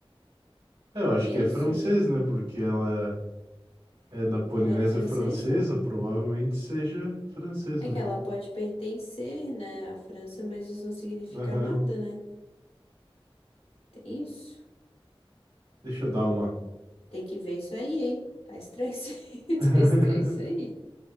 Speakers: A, on the right; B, on the left.
A: É, Eu acho
B: Tem
A: que é francês,
B: isso, né?
A: né? Porque ela é da Polinésia
B: Colônia francesa?
A: Francesa, provavelmente seja francês
B: É
A: mesmo.
B: que ela pode pertencer, né, à França, mas isso não significa
A: Aham.
B: nada, né? Tem isso.
A: Deixa eu dar uma.
B: Tem que ver isso aí, hein? Tá estranho isso aí.
A: <laughs>
B: <laughs> Tá estranho isso aí.